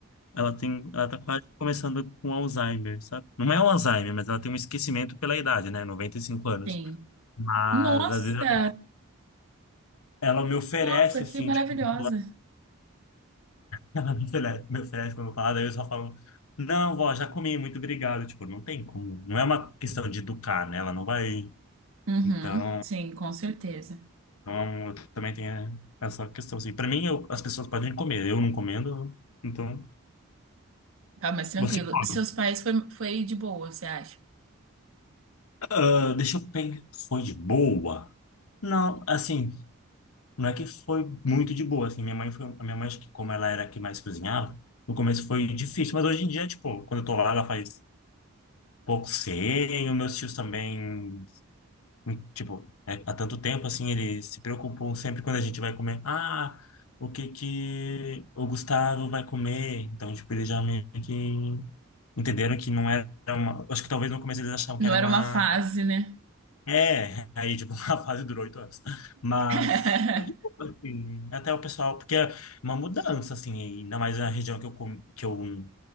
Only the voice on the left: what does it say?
ela tem, ela tá quase começando com Alzheimer, sabe? Não é o Alzheimer, mas ela tem um esquecimento pela idade, né? 95 anos.
Mas,
às vezes, ela me oferece,
assim,
tipo, um Ela me oferece, me oferece quando eu falo, daí eu só falo, não, vó, já comi, muito obrigado. Tipo, não tem como, não é uma questão de educar, né? Ela não vai.
Então,
então eu também tenho essa questão, assim. Pra mim, eu- as pessoas podem comer, eu não comendo, então.
Você, come.
Ah, deixa eu pensar, foi de boa? Não, assim, não é que foi muito de boa, assim, minha mãe foi, a minha mãe, acho que como ela era a que mais cozinhava, no começo foi difícil, mas hoje em dia, tipo, quando eu tô lá, ela faz pouco sem, os meus tios também Hum, Tipo, é, há tanto tempo, assim, eles se preocupam sempre quando a gente vai comer. Ah, o que que o Gustavo vai comer? Então, tipo, eles já meio que entenderam que não era uma... Acho que talvez no começo eles achavam
que era
uma...
É, aí, tipo, <laughs> a fase durou oito anos. Mas,
é de boa, assim, até o pessoal... Porque é uma mudança, assim, ainda mais na região que eu, com- que eu